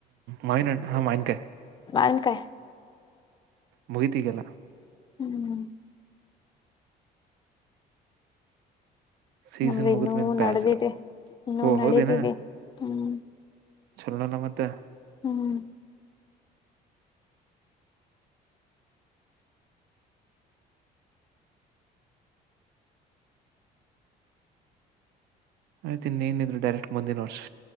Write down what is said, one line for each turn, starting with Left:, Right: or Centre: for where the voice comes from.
Right: ಮಾವಿನ್ಣ ಹಣ್ಣು ಮಾವಿನಕಾಯಿ
Left: ಮಾವಿನಕಾಯಿ
Right: ಮುಗೀತು ಈವಾಗ ಎಲ್ಲಾ
Left: ಹ್ಮ್ ಹ್ಮ
Right: ಸೀಸನ್
Left: ನಮ್ದು
Right: ಮುಗಿದ್ಮೇಲೆ
Left: ಇನ್ನೂ
Right: ಬ್ಯಾಸರ
Left: ನಡೆದಿದೆ ಇನ್ನೂ
Right: ಓ ಹೌದೇನೋ
Left: ನಡೆದಿದೆ ಹ್ಮ್
Right: ಚಲೋನೆ ಮತ್ತೆ
Left: ಹ್ಮ್
Right: ಆಯ್ತ ಇನ್ನೇನಿದ್ರೂ ಡೈರೆಕ್ಟ್ ಮುಂದಿನ್ ವರ್ಷ್